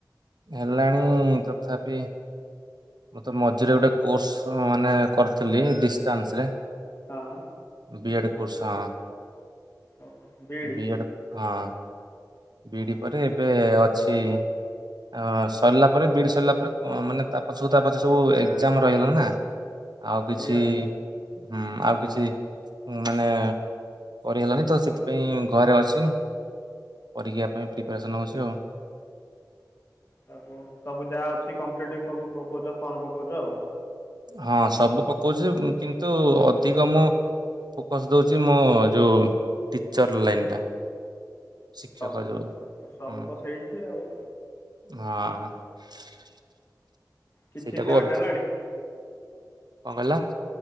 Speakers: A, on the right; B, on the left.
A: ହେଲାଣି ତଥାପି ମୁଁତ ମଝିରେ ଗୋଟେ କୋର୍ସ ମାନେ କରିଥିଲି ଡିଷ୍ଟାନ୍ସ ରେ।
B: ହଁ।
A: ବିଏଡ଼୍ କୋର୍ସ ହଁ
B: ଓହୋ ବିଇଡି
A: ବିଏଡ଼ ହଁ। ବିଡ଼ି
B: ଓହୋ
A: ପରେ ଏବେ ଅଛି ଆ ସରିଲା ପରେ ବିଡ଼ି ସରିଲା ପରେ କ ମାନେ ତା ପଛକୁ ତା ପଛ ସବୁ ଏକ୍ଜାମ ରହିଗଲା ନା। ଆଉ କିଛି
B: ଏଇଆ
A: ହୁଁ ଆଉ କିଛି ଉଁ ମାନେ କରିହେଲାନି ତ ସେଥିପାଇଁ ଘରେ ଅଛି। ପରୀକ୍ଷା ପାଇଁ ପ୍ରିପାରେସନ୍ ହଉଛି ଆଉ।
B: ସବୁ ସବୁ ଯାହା ଅଛି କମ୍ପଟେଟିଭ୍ ସବୁ ପକଉଛ ଫର୍ମ ପକଉଛ ଆଉ।
A: ହଁ ସବୁ ପକଉଛି କିନ୍ତୁ ଅଧିକ ମୁଁ ଫୋକସ୍ ଦେଉଛି ମୋ ଯୋଉ ଟିଚର୍ ଲାଇନ୍ ଟା। ଶିକ୍ଷକ
B: ସବୁ ଅ
A: ଯୋଉ
B: ସବୁ
A: ହୁଁ
B: ତ ସେଇଠି ଆଉ।
A: ହଁ।
B: କିଛି
A: ସେଇଟାକୁ
B: କ୍ରାକ୍
A: ଅଧି
B: ହେଲାଣି?
A: କଣ କଇଲ?